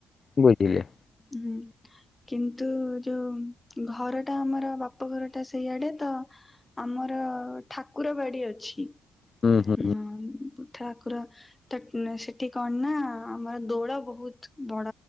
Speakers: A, on the left; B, on the left.
A: ବୁଝିଲି।
B: ହୁଁ। କିନ୍ତୁ ଯୋଉ ଘର ଟା ଆମର ବାପ ଘର ଟା ସେଇଆଡେ ତ ଆମର ଠାକୁର ବାଡି ଅଛି,
A: ହୁଁ ହୁଁ
B: ଉଁ ଠାକୁର ତ ସେଠି କଣ ନା ଆମର ଦୋଳ ବହୁତ ବଡ